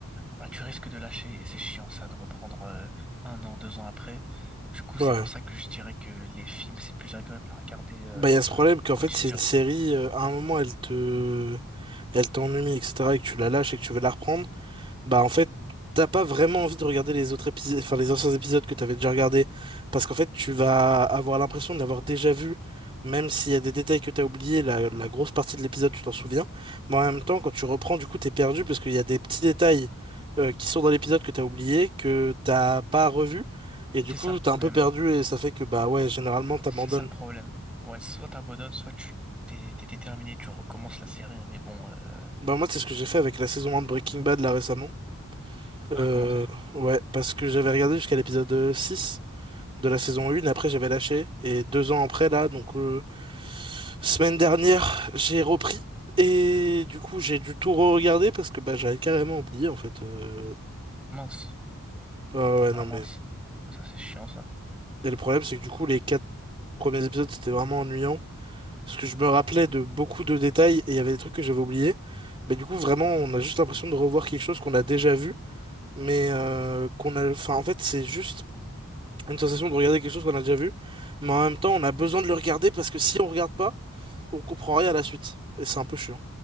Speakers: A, in the centre; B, on the right (about 25°).
A: bah, tu risques de lâcher et c'est chiant ça, de reprendre euh, un an, deux ans après. Du coup, c'est
B: Ouais.
A: pour ça que je dirais que les films, c'est plus agréable à regarder euh,
B: Bah,
A: au
B: il y a ce problème qu'en
A: quotidien.
B: fait, c'est une série, euh, à un moment, elle te... Elle t'ennuie, etc., et que tu la lâches et que tu veux la reprendre. Bah en fait, t'as pas vraiment envie de regarder les autres épisodes, enfin les anciens épisodes que t'avais déjà regardés, parce qu'en fait tu vas avoir l'impression de l'avoir déjà vu, même s'il y a des détails que t'as oubliés, la, la grosse partie de l'épisode tu t'en souviens, mais en même temps quand tu reprends du coup t'es perdu parce qu'il y a des petits détails euh, qui sont dans l'épisode que t'as oublié, que t'as pas revu, et
A: C'est
B: du coup
A: ça le problème.
B: t'es un peu perdu et ça fait que bah ouais généralement t'abandonnes.
A: C'est ça le problème. Ouais, soit t'abandonnes, soit tu t'es t'es déterminé, tu recommences la série, mais bon, euh...
B: Bah moi c'est ce que j'ai fait avec la saison un de Breaking Bad là récemment.
A: ah, t'as
B: Euh,
A: recommencé?
B: ouais, parce que j'avais regardé jusqu'à l'épisode euh, 6. de la saison 1. Après, j'avais lâché. Et deux ans après, là, donc euh, semaine dernière, j'ai repris. Et du coup, j'ai dû tout re-regarder parce que bah, j'avais carrément oublié, en fait. euh.
A: Ah mince,
B: Ah ouais, non,
A: ah mince.
B: mais.
A: Ah, ça c'est chiant ça.
B: Et le problème, c'est que du coup, les quatre premiers épisodes, c'était vraiment ennuyant. Parce que je me rappelais de beaucoup de détails et il y avait des trucs que j'avais oubliés. Mais du coup, vraiment, on a juste l'impression de revoir quelque chose qu'on a déjà vu. Mais euh, qu'on a. Enfin, en fait, c'est juste une sensation de regarder quelque chose qu'on a déjà vu. Mais en même temps, on a besoin de le regarder parce que si on regarde pas, on comprend rien à la suite. Et c'est un peu chiant.